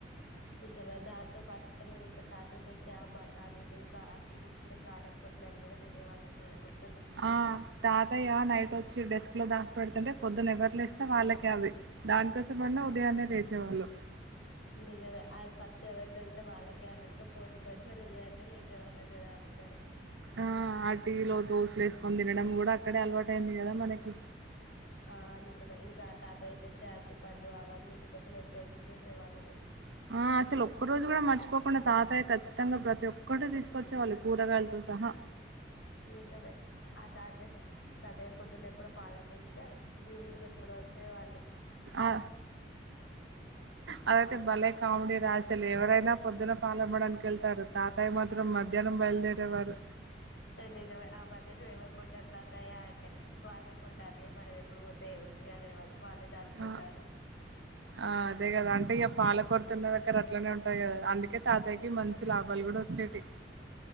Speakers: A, on the left; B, on the right.
A: నిజమే దాంతో పాటు అదే ఇంకా తాత తెచ్చి ఆ బటానీలు కా ఆ చిన్న చిన్న కారపొట్లాలు కూడా తినేవాళ్ళం కదా గుర్తు
B: ఆ తాతయ్య నైట్ వచ్చి డిస్క్ లా దాచి పెడుతుంటే పొద్దున్నే ఎవరు లేస్తే వాళ్ళకే అవి. దానికోసమన్నా ఉదయాన్నే లేసేవాళ్ళు
A: నిజమే అది ఫస్ట్ ఎవరికీ దొరికి రికితే వాళ్లకే అన్నట్టుగా పోటీపడి మరి ఉదయాన్నే లేచే వాళ్ళం కదా అందరం.
B: ఆ ఆ టీ లో దోశలు ఎసుకుని తినడం కూడా అక్కడ అలవాటయింది కదా మనకి.
A: ఆ నిజమే ఇంకా ఆ తాతయ్య తెచ్చే అట్టిపళ్ళు అవన్నీటి కోసం ఎంత ఎదురు చూసే వాళ్లమ
B: ఆ అసలు ఒక్క రోజు కూడా మర్చిపోకుండా తాతయ్య ఖచ్చితంగా ప్రతి ఒక్కటి తీసుకొచ్చేవాళ్ళు కూరగాయలతో సహా
A: నిజమే ఆ తాతయ్య తాతయ్య పొద్దున్న ఎప్పుడు పాలక వెళ్తే ఈవినింగ్ ఎప్పుడు వచ్చే వాళ్ళు
B: ఆ అదైతే భలే కామెడీ రాసలు ఎవరైనా పొద్దున పాల మని కళ్తారు తాతయ మాత్రం మధ్యాహ్నం బయల్దేరేవారు
A: నిజం ఆ మధ్యలో ఎవరు కొంటారు తాతయ అంటే వాళ్ళే కొంటారులే మనం ఎప్పుడు పోతే ఉంది అనేవాళ్ళు వాళ్ళే దాచుకుంటారు
B: ఆ ఆ అదే కదా అంటే ఇక పాలకొరతున్న అక్కడ అట్లనే ఉంటాయి కదా అందుకే తాతయ్యకి మంచి లాభాలు కూడా వచ్చేటి